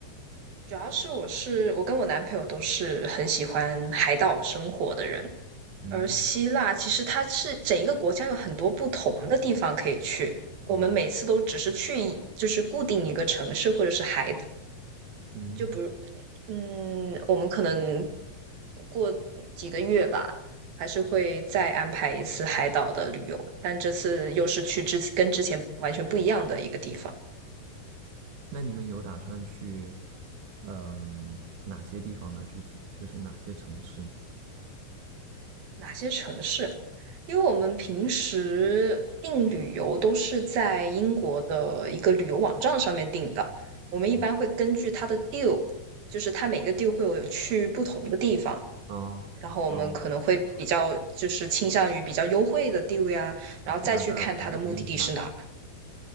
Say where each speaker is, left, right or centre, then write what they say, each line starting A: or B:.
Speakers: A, on the right; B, on the right.
A: 主要是我是我跟我男朋友都是很喜欢海岛生活的人，
B: 嗯，
A: 而希腊其实它是整一个国家有很多不同的地方可以去，我们每次都只是去一就是固定一个城市或者是海岛
B: 哦，嗯，
A: 就比如嗯，我们可能。过几个月吧，还是会再安排一次海岛的旅游，但这次又是去之跟之前完全不一样的一个地方。
B: 那你们有打算去嗯哪些地方呢？具体就是哪些城市呢？
A: 哪些城市？因为我们平时订旅游都是在英国的一个旅游网站上面订的，我们一般会根据它的
B: 嗯，
A: deal，就是它每个 deal 会有去不同的地方，
B: 嗯，
A: 然后我们可能会比较就是倾向于比较优惠的
B: 哦。
A: deal 呀，然后再去看它的目的地是哪儿
B: 哪哪个哪个便宜去哪个，